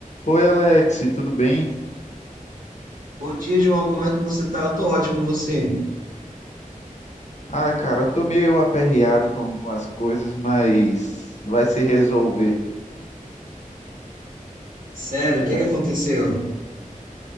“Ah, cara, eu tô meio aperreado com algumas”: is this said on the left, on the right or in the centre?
Left